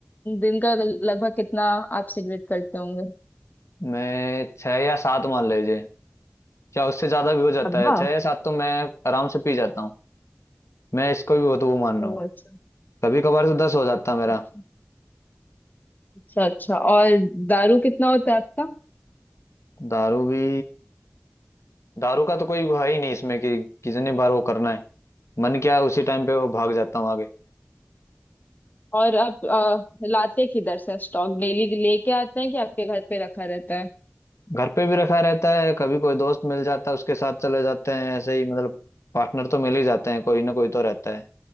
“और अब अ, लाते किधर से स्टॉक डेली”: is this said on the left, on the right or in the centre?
Left